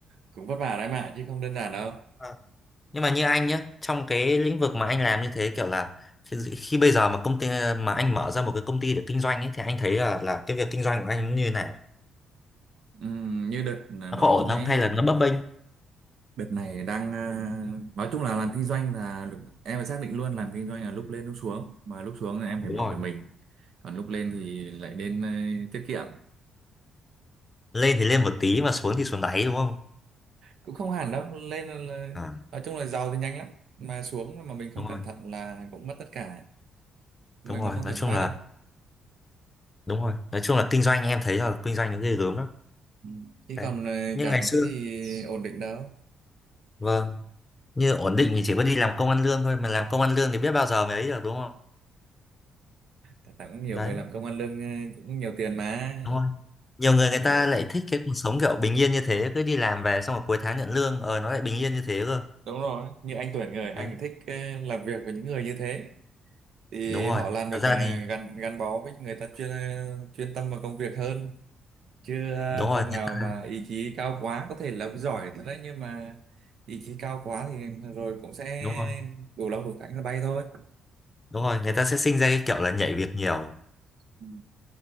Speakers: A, on the right; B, on the left.
A: cũng vất vả đấy mà chứ không đơn giản đâu
B: À, nhưng mà như anh nhá trong cái lĩnh vực mà anh làm như thế kiểu là khi, khi bây giờ mà công ty mà anh mở ra một cái công ty để kinh doanh ấy thì anh thấy là là cái việc kinh doanh của anh nó như thế nào
A: Ừm, như đợt là
B: nó
A: nó
B: có ổn không
A: sẽ
B: hay là nó bấp bênh
A: đợt này đang à, nói chung là làm kinh doanh là lúc- em phải xác định luôn làm kinh doanh là lúc lên lúc xuống mà lúc xuống là em phải
B: đúng
A: bảo
B: rồi
A: vệ mình còn lúc lên thì lại nên ờ, tiết kiệm
B: lên thì lên một tí mà xuống thì xuống đáy đúng không
A: cũng không hẳn đâu lên là, là
B: à
A: nói chung là giàu thì nhanh lắm mà xuống mà mình không
B: đúng
A: cẩn
B: rồi
A: thận là cũng mất tất cả mình
B: đúng rồi
A: mà không
B: nói
A: kiểm
B: chung
A: soát
B: là
A: được ấy.
B: đúng rồi nói chung là kinh doanh em thấy là kinh doanh nó ghê gớm lắm
A: Ừ. chứ
B: đấy
A: còn ờ,
B: nhưng
A: chẳng
B: ngày
A: có
B: xưa
A: cái gì ổn định đâu
B: vâng như ổn định thì chỉ có đi làm công ăn lương thôi mà làm công ăn lương thì biết bao giờ mới ấy được đúng không
A: Thật ra cũng nhiều
B: đấy
A: người làm công ăn lương ờ, cũng nhiều tiền mà
B: đúng không nhiều người người
A: Ờ,
B: ta lại thích cái cuộc sống kiểu bình yên như thế cứ đi làm về xong rồi cuối tháng nhận lương ờ nó lại bình yên như thế cơ
A: đúng rồi như anh Tuyển người anh
B: đấy
A: thích ờ, làm việc với những người như thế thì
B: đúng rồi
A: họ làm được
B: thật ra
A: ờ,
B: thì
A: gắn gắn bó với người ta chuyên ờ, chuyên tâm vào công việc hơn chứ ờ,
B: đúng
A: ông
B: rồi người
A: nào
B: ta
A: mà ý chí cao quá có thể là ông giỏi thật đấy nhưng mà ý chí cao quá thì rồi cũng sẽ
B: đúng rồi
A: đủ lông đủ cánh là bay thôi
B: đúng rồi người ta sẽ sinh ra cái kiểu là nhảy việc nhiều
A: Ừ.